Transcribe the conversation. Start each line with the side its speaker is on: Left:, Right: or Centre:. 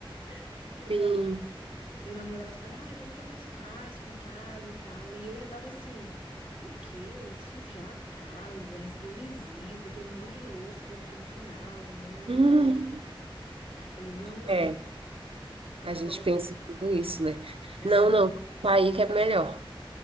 Left: <laughs> que eu
Right: Sim.
Left: já tô. Meu namorado falou, ai, vamos fazer um churrasco em casa e tal. E eu já tava assim, o quê? Sujar a casa, receber visita, aquele monte de louça que vai ficar no final. Não, não,
Right: Hum,
Left: não, não. Ele, não, não,
Right: é,
Left: não.
Right: a gente
Left: Vamos.
Right: pensa em tudo isso, né?
Left: É,
Right: Não,
Left: não.
Right: não, tá aí que é melhor.